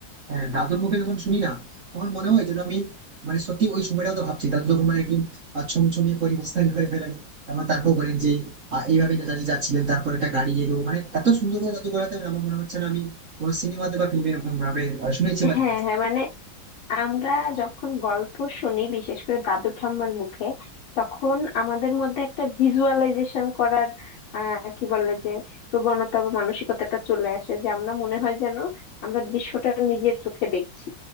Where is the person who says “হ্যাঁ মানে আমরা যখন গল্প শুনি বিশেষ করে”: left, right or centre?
Left